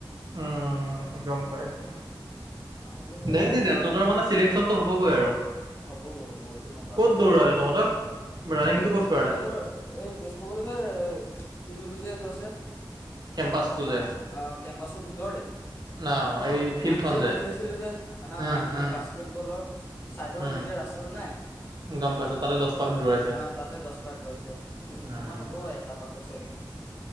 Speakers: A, on the right (about 55°); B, on the left (about 30°).
A: উম গম পাইছো
B: আজি সেয়াই
A: দে
B: শিকালে
A: দে দেই তহতৰ মানে চিলেকচনতটো হ'বগৈ আৰু
B: হ'বগৈ হ'বগৈ এইটো গম পালো
A: ক'ত
B: আজি
A: দৌৰালে তহঁতক ৰানিংটো
B: এই তেজপুৰ
A: ক'ত কৰালে
B: কলেজৰ এই তেজপুৰ কলেজৰ যোনটো যে এইটো আছে
A: কেম্পাচটো
B: তোমাৰ
A: যে
B: এ কেম্পাচটো ভিতৰতে
A: ন এই ফিল্ডখন
B: আমি যে বহি আছিলো যে আনা
A: উম
B: মানে
A: উম
B: বাস্কেটবলৰ চাইডৰ
A: উম
B: গোটেই ৰাস্তাটো নাই।
A: গম পাইছো তাতে দহ পাক দৌৰাইছে
B: অ', তাতে দশ পাক লৈছে এই
A: উম
B: তিনিশ মান হ'ব এটা পাকত চাগে।